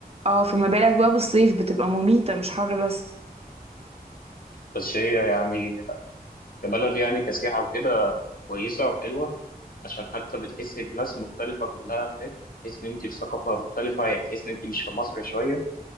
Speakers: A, on the right; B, on the left.
A: اه فما بالك بقى بالصيف بتبقى مميته مش حر بس
B: بس هي يعني كبلد يعني كسياحه وكده كويسه وحلوه عشان حتى بتحسي الناس مختلفة كلها هناك تحس إن أنت في ثقافة مختلفة يعني تحس إن أنت مش في مصر شوية